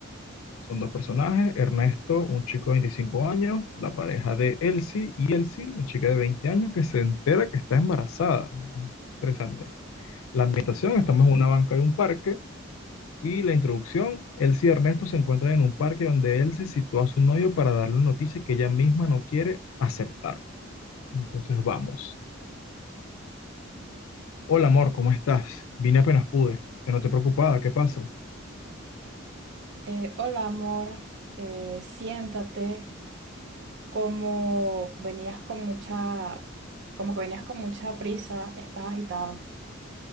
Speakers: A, on the left; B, on the right.
A: Son dos personajes, Ernesto, un chico de 25 años, la pareja de Elsie y Elsie, una chica de 20 años que se entera que está embarazada. Interesante. La ambientación, estamos en una banca de un parque y la introducción, Elsie y Ernesto se encuentran en un parque donde Elsie sitúa a su novio para darle una noticia que ella misma no quiere aceptar. Entonces vamos. Hola amor, ¿cómo estás? Vine apenas pude. Que no te preocupaba, ¿qué pasa?
B: Eh, hola, amor. Eh, siéntate. Como venías con mucha, como que venías con mucha prisa, estás agitado.